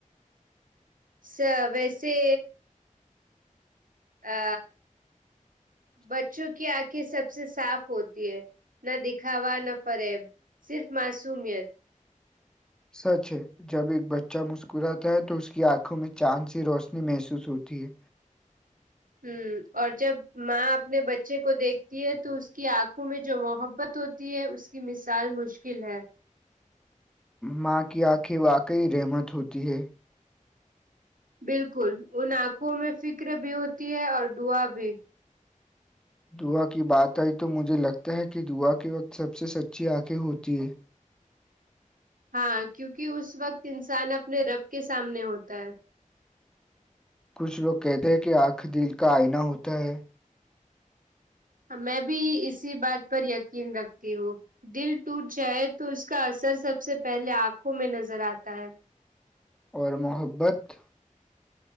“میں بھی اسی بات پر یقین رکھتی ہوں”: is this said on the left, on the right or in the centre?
Right